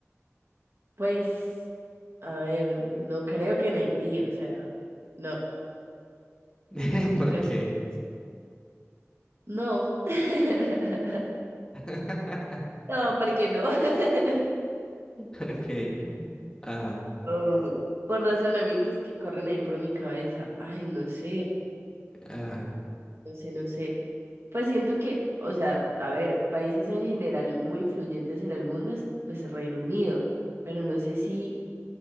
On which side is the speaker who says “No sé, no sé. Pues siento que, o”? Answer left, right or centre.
Right